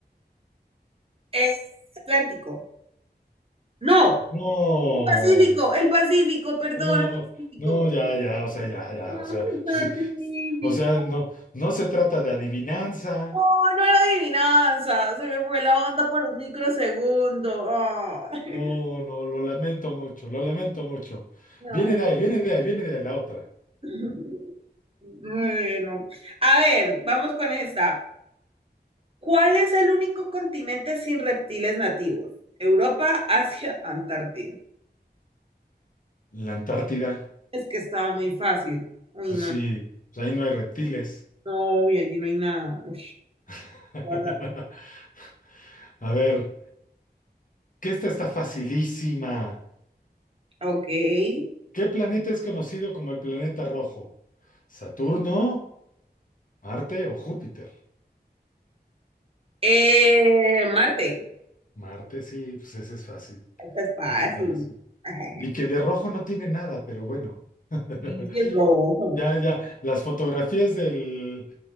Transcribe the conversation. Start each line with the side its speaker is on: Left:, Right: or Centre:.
Right: Es Atlántico. No,
Left: No,
Right: el Pacífico, el Pacífico, perdón,
Left: no,
Right: el Pacífico.
Left: no, ya, ya, o sea, ya, ya,
Right: No,
Left: o sea,
Right: el Pacífico.
Left: sí, o sea, no, no se trata de adivinanza.
Right: Oh, no era adivinanza, se me fue la onda por un microsegundo. Ah, <laughs>
Left: No, no, lo lamento mucho, lo lamento mucho.
Right: no.
Left: Viene de ahí, viene de ahí, viene de ahí la otra.
Right: <laughs> Bueno, a ver, vamos con esta. ¿Cuál es el único continente sin reptiles nativos? Europa, Asia, <laughs> Antártida.
Left: La Antártida,
Right: Es que estaba muy fácil. Uy,
Left: pues
Right: no,
Left: sí, pues ahí no hay reptiles.
Right: no, y allí no hay nada. Ush.
Left: <laughs>
Right: toda la razón.
Left: A ver, que esta está facilísima.
Right: ok.
Left: ¿Qué planeta es conocido como el planeta rojo? ¿Saturno, Marte o Júpiter?
Right: Eh, Marte,
Left: Marte, sí, pues ese es fácil,
Right: esta es fácil.
Left: es fácil.
Right: <laughs>
Left: Y que de rojo no tiene nada, pero bueno. <laughs>
Right: Sí, sí, es rojo.
Left: Ya, ya, las fotografías del,